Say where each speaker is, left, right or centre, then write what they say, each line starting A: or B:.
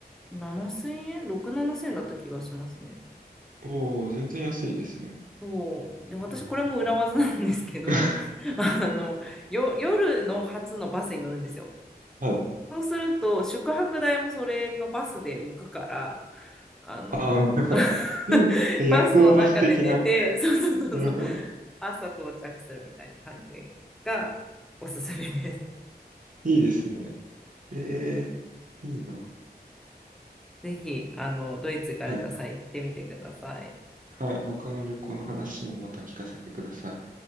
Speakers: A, in the centre; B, on the right.
A: 7000円 ?6、7000円だった気がしますね。
B: おー、全然安いですね。
A: そう。で、私、これも裏技なんですけど、
B: <laughs>
A: <laughs> あの、よ、夜の初のバスに乗るんですよ。
B: はい。
A: そうすると、宿泊代もそれのバスで浮くから、あの、
B: <laughs> あー、<laughs> だから、
A: <laughs>
B: うん夜行バス的な。
A: バスの中で寝て、そうそうそうそう、
B: <laughs> なるほど。
A: 朝到着するみたいな感じがおすすめです。
B: いいですね。えー、いいな。
A: ぜひ、あの、ドイツ行かれた際行ってみてください。
B: はい。はい。他の旅行の話もまた聞かせてください。